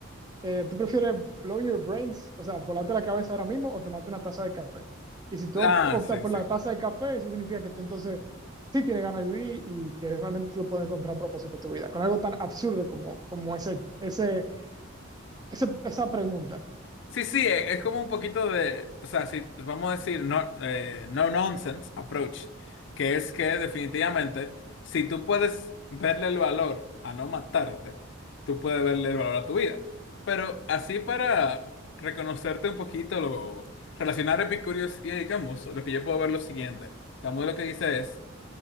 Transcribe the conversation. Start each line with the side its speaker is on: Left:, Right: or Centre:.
Right: eh, ¿tú prefieres blow your brains, o sea, volarte la cabeza ahora mismo o tomarte una taza de café? Y si tú opt-
Left: ah,
Right: optas
Left: sí,
Right: por
Left: sí.
Right: la taza de café, eso significa que tú entonces sí tienes ganas de vivir y que realmente tú lo puedes encontrar a propósito de tu vida, con algo tan absurdo como, como ese, ese, ese- esa pregunta.
Left: Sí, sí, e- es como un poquito de, o sea, si vamos a decir no, eh, no nonsense approach, que es que definitivamente, si tú puedes verle el valor a no matarte, tú puedes verle el valor a tu vida. Pero así para reconocerte un poquito, lo, relacionar Epicurio y a Camus, lo que yo puedo ver es lo siguiente. Camus lo que dice es,